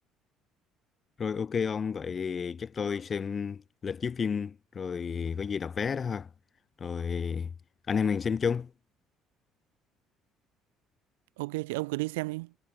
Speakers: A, on the left; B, on the right.
A: rồi ok ông vậy thì chắc tôi xem lịch chiếu phim rồi có gì đặt vé đó ha rồi anh em mình xem chung
B: ok thì ông cứ đi xem đi